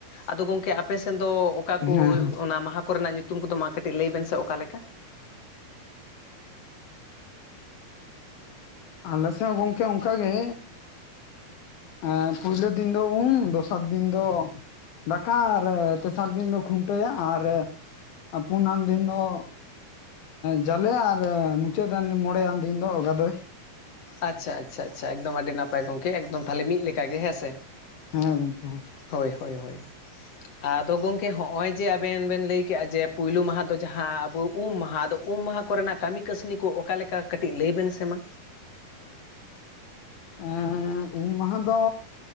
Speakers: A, on the left; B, on the left.
A: ᱟᱫᱚ ᱜᱚᱢᱠᱮ ᱟᱯᱮ ᱥᱮᱱ ᱫᱚ ᱚᱠᱟ
B: ᱦᱮᱸ
A: ᱠᱚ
B: ᱦᱮᱸ
A: ᱚᱱᱟ ᱢᱟᱦᱟ ᱠᱚᱨᱮᱱᱟᱜ ᱧᱩᱛᱩᱢ ᱠᱚᱫᱚ ᱢᱟ ᱠᱟᱹᱴᱤᱡ ᱞᱟᱹᱭ ᱵᱮᱱ ᱥᱮ ᱚᱠᱟ ᱞᱮᱠᱟ
B: ᱟᱞᱮ ᱥᱮᱫ ᱜᱚᱝᱠᱮ ᱚᱱᱠᱟᱜᱮ ᱦᱮᱸ ᱯᱩᱭᱞᱳ ᱫᱤᱱ ᱫᱚ ᱩᱢ ᱫᱚᱥᱟᱨ ᱫᱤᱱ ᱫᱚ ᱫᱟᱠᱟ ᱟᱨ ᱛᱮᱥᱟᱨ ᱫᱤᱱ ᱫᱚ ᱠᱷᱩᱱᱴᱟᱹᱭᱟ ᱟᱨ ᱯᱩᱱᱟᱱ ᱫᱤᱱ ᱫᱚ ᱡᱟᱞᱮ ᱟᱨ ᱢᱩᱪᱟᱹᱫ ᱫᱤᱱ ᱢᱚᱬᱮᱭᱟᱜ ᱫᱤᱱ ᱫᱚ ᱜᱟᱫᱳᱭ
A: ᱟᱪᱪᱷᱟ ᱟᱪᱪᱷᱟ ᱟᱪᱪᱷᱟ ᱮᱠᱫᱚᱢ ᱟᱹᱰᱤ ᱱᱟᱯᱟᱭ ᱜᱚᱝᱠᱮ ᱮᱠᱫᱚᱢ ᱢᱤᱫ ᱞᱮᱠᱟ ᱜᱮ ᱦᱮᱸᱥᱮ
B: ᱦᱩᱸ ᱜᱚᱝᱠᱮ
A: ᱦᱳᱭ ᱦᱳᱭ ᱦᱳᱭ ᱟᱫᱚ ᱜᱚᱝᱠᱮ ᱦᱚᱜ ᱚᱭ ᱡᱮ ᱟᱵᱮᱱ ᱵᱮᱱ ᱞᱟᱹᱭ ᱠᱮᱜᱼᱟ ᱡᱮ ᱯᱩᱭᱞᱩ ᱢᱟᱦᱟᱸ ᱫᱚ ᱡᱟᱦᱟᱸ ᱟᱵᱚ ᱩᱢ ᱢᱟᱦᱟᱸ ᱟᱫᱚ ᱩᱢ ᱢᱟᱦᱟᱸ ᱠᱚᱨᱮᱱᱟᱜ ᱠᱟᱹᱢᱤ ᱠᱟᱹᱥᱱᱤ ᱠᱚ ᱚᱠᱟ ᱞᱮᱠᱟ ᱠᱟᱹᱴᱤᱡ ᱞᱟᱹᱭ ᱵᱮᱱ ᱥᱮ ᱢᱟ
B: ᱮᱸᱜ ᱩᱢ ᱢᱟᱦᱟᱸ ᱫᱚ